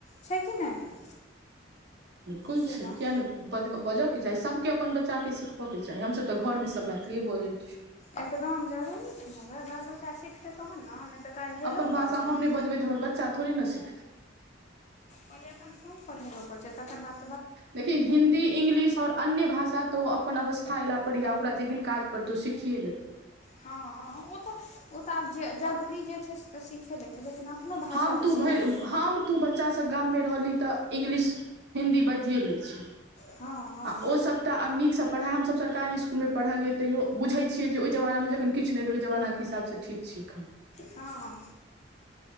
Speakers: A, on the left; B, on the right.
A: छै कि नहि
B: बिलकुल
A: से
B: छै
A: बात
B: किया नै बज बजऽके चाही सभके अपन बच्चा के सिखबय के चाही हमसभ तऽ घरमे सभ मैथिलि बजै छीयो
A: एकदम जरूरी छै ने गै बाल बच्चा सिखतै तहन ने तऽ काल्हि हेलो
B: अपन भाषा
A: कहत
B: हम नहि बजबै तऽ हमर बच्चा थोड़े ने सिखतै
A: कहलि अखन फोन पर बोलो जखन ने <unintelligible>
B: देखि हिन्दी इंग्लिश ओर अन्य भाषा तऽ ओ अपन अवस्था अयला परड़ै या ओकरा जेहन काज पड़तै ओ सीखिए लेतै
A: हँ ओ तऽ ओ तऽ आब जे जरूरी जे छै तऽ सीखे लेतै लेकिन अपनो भाषा
B: हम तू
A: तऽ सिखनाइ
B: भरि
A: छै
B: हम तू बच्चास सब गाममे रहलही तऽ इंग्लिश हिन्दी बाजिए लै छी
A: हँ हँ
B: आ ओ सब तऽ आब नीकसँ पाइ हमसभ सरकारी इसकुलमे पढ़लियै तैयो बुझै छियै जे ओहि जमाना जखन किछु नहि रहै ओहि जमानाके हिसाबसँ ठीक छैखन
A: हँ हँ